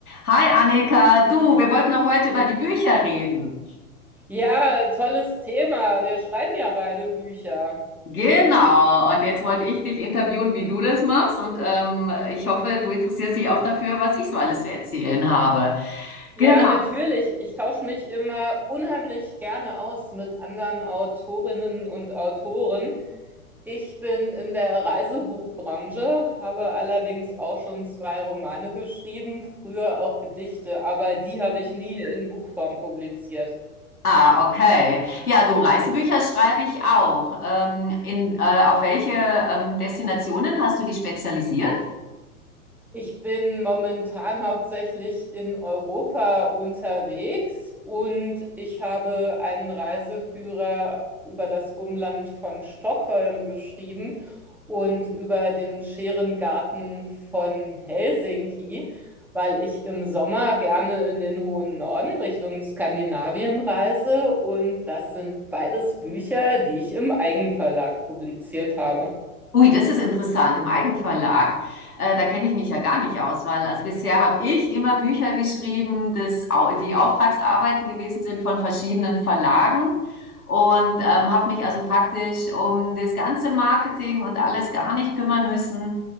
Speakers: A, on the left; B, in the centre.
A: Hi Annika, du, wir wollten auch heute über die Bücher reden.
B: Ja, tolles Thema. Wir schreiben ja beide Bücher.
A: Genau, und jetzt wollte ich dich interviewen, wie du das machst. Und ähm, ich hoffe, du interessierst dich auch dafür, was ich so alles zu erzählen habe.
B: Ja,
A: Genau,
B: natürlich. Ich tausche mich immer unheimlich gerne aus mit anderen Autorinnen und Autoren. Ich bin in der Reisebuchbranche, habe allerdings auch schon zwei Romane geschrieben, früher auch Gedichte, aber die habe ich nie in Buchform publiziert.
A: ah, okay. Ja, du, Reisebücher schreibe ich auch. Ähm, in, äh, auf welche ähm, Destinationen hast du dich spezialisiert?
B: Ich bin momentan hauptsächlich in Europa unterwegs und ich habe einen Reiseführer über das Umland von Stockholm geschrieben und über den Scherengarten von Helsinki, weil ich im Sommer gerne in den hohen Norden Richtung Skandinavien reise und das sind beides Bücher, die ich im Eigenverlag publiziert habe.
A: Ui, das ist interessant. Im Eigenverlag, äh, da kenne ich mich ja gar nicht aus, weil also bisher habe ich immer Bücher geschrieben, das, au- die Auftragsarbeiten gewesen sind von verschiedenen Verlagen und ähm, habe mich also praktisch um das ganze Marketing und alles gar nicht kümmern müssen.